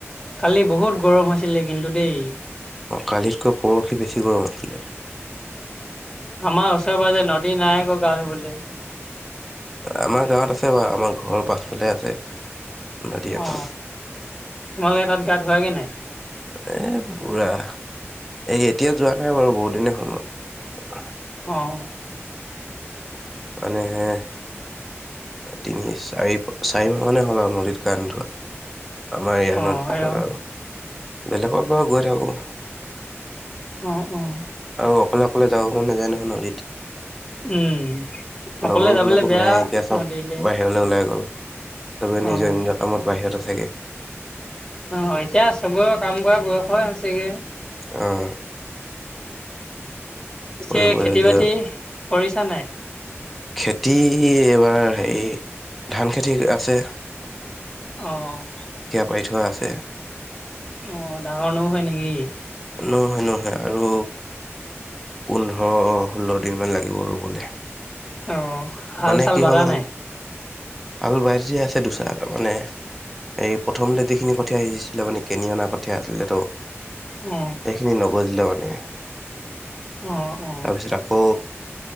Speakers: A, on the left; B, in the centre.
A: কালি বহুত গৰম হৈছিলে কিন্তু দেই।
B: কালিতকৈ পৰহি বেছি গৰম আছিলে।
A: আমাৰ ওচৰে পাজৰে নদী নাই আকৌ গা ধুবলৈ।
B: আমাৰ গাঁৱত আছে বাৰু আমাৰ ঘৰৰ পাছফালে আছে। নদী এখন
A: অ', তোমালোকে তাত গা ধোৱাগে নাই?
B: এ, পুৰা এই এতিয়া যোৱা নাই বাৰু বহুত দিনে হ'ল মোৰ।
A: অ'।
B: এনেহে। তিনি চাৰি-চাৰিমাহ মানে হ'ল আৰু নদীত গা নোধোৱা। আমাৰ ইয়া
A: অ',
B: নদীখনত
A: এই অ',
B: আৰু বেলেগত বাৰু গৈ থাকোঁ।
A: অ', অ'।
B: আৰু অকলে, অকলে যাওঁ আকৌ কোনো নাযায় নহয় নদীত।
A: উম, অকলে
B: লগৰ
A: যাবলে
B: বিলাকো
A: বেয়া
B: নাই, এতিয়া চব
A: নদীলে।
B: বাহিৰলৈ ওলাই গল। চবে নিজৰ
A: অ',
B: নিজৰ কামত বাহিৰত আছে গৈ।
A: অ', এতিয়া চবৰে কাম কৰা বয়সই হৈছেগে।
B: অ'।
A: পিছে
B: কৰিবলগীয়া
A: খেতি বাতি কৰিছা নে নাই?
B: খেতি এবাৰ হেৰি ধান খেতি আছে।
A: অ'।
B: বাই থোৱা আছে।
A: অ', ডাঙৰ মানু হয় নেকি?
B: নহয় নহয় আৰু পোন্ধৰ ষোল্ল দিন মান লাগিব ৰুবলে।
A: অ', হাল
B: মানে
A: চাল
B: কি
A: বালানে
B: হ'ল
A: নাই?
B: হাল বাই থোৱা আছে দুচাহ মানে এই প্ৰথমতে যিখিনি কথীয়া সিছিছিলে মানে কেনি অনা কথীয়া আছিলেতো।
A: অ
B: এইখিনি নগজিলে মানে।
A: অ অ
B: তাৰপিছত আকৌ